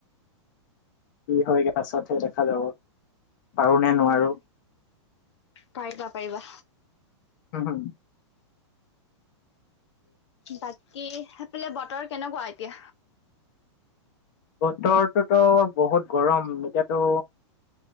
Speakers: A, on the left; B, on the left.
A: কি হয় পা ছতহে দেখা যাব। পাৰো নে
B: উম,
A: নোৱাৰো।
B: পাৰিবা, পাৰিবা
A: উম হম
B: বাকী সেইফালে বতৰ কেনেকুৱা এতিয়া?
A: বতৰটোতো বহুত গৰম এতিয়াতো